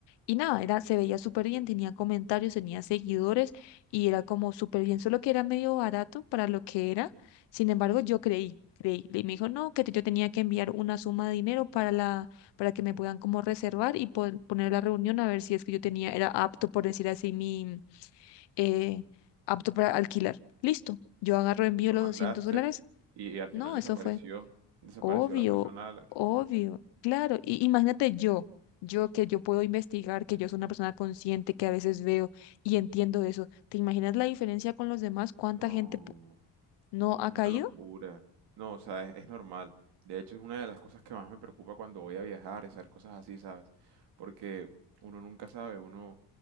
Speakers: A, on the left; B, on the right.
A: y nada, era, se veía súper bien, tenía comentarios, tenía seguidores y era como súper bien, solo que era medio barato para lo que era. Sin embargo, yo creí, creí. Y me dijo, no, que yo tenía que enviar una suma de dinero para la, para que me puedan como reservar y pon- poner la reunión a ver si es que yo tenía, era apto, por decir así, mi eh, apto para alquilar. Listo, yo agarro, envío
B: Lo
A: los
B: mandaste
A: 200 dólares.
B: y, al final
A: No,
B: desapareció,
A: eso fue
B: desapareció
A: obvio,
B: la persona a la que...
A: obvio, claro. Y imagínate yo, yo que yo puedo investigar, que yo soy una persona consciente, que a veces veo y entiendo eso. ¿Te imaginas la diferencia con los demás? ¿Cuánta
B: No.
A: gente pu- no
B: Es
A: ha caído?
B: una locura. No, o sea, es, es normal. De hecho, es una de las cosas que más me preocupa cuando voy a viajar, es hacer cosas así, ¿sabes? Porque uno nunca sabe, uno,